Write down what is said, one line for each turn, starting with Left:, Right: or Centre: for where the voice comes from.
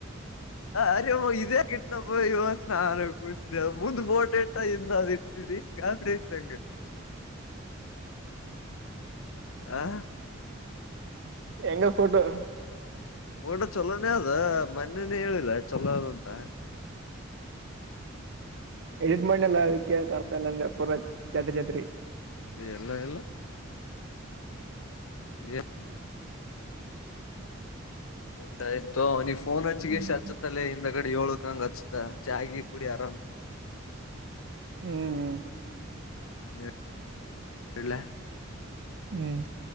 Left: ಅರೆೇಮ್ಮ ಇದೇ ಯಾಕ್ ಇಟ್ನಪ್ಪ ಅಂತ ನಾ ಅನಕುಂತಿನಿ ಮುಂದು ಫೋಟಾ ಇಟ್ಟ ಹಿಂದ ಅದು ಇಟ್ಟಿದಿ ಗಾಬರಿ ಆಯ್ತು ನಂಗ ಆ
Right: <inaudible> ಎಂಗ ಫೋಟೋ
Left: ಊಟ ಚೊಲೋನೇ ಅದ ಮನ್ನೇನೆೇ ಹೇಳಿಲ್ಲ ಚೊಲೋ ಆದ ಅಂತ
Right: ಎಡಿಟ್ ಮಾಡನೆಲ್ಲ ಅದಕ್ಕೆ ಕಾಣಡ್ತಾ ಇಲ್ಲಂದ ಪೂರ ಜಾತ್ರಿ ಜಾತ್ರಿ
Left: ಎಲ್ಲ ಎಲ್ಲ ಈ ಆಯ್ತಾಯ್ತು ನೀವು ಫೋನ್ ಹಚ್ಚಿಗೆಸಿ
Right: ಹ್ಮ್
Left: ಹಚ್ಚುತ್ತಲ್ಲೇ ಇಂದ ಗಡಿ ಏಳಕ್ಕ ಅಂಗ ಹಚ್ಚತ್ಯಾ ಚಾ ಗೀ ಕುಡಿ ಅರಾಮ್
Right: ಹ್ಮ್ ಹ್ಮ
Left: ಹ್ಮಇಡ್ಲ್ಯಾ
Right: ಹ್ಮ್